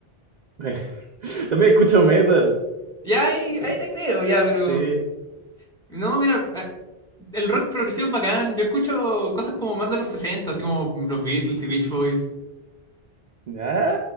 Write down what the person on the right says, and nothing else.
<laughs> También escucho metal,
sí,
sí.
Ah,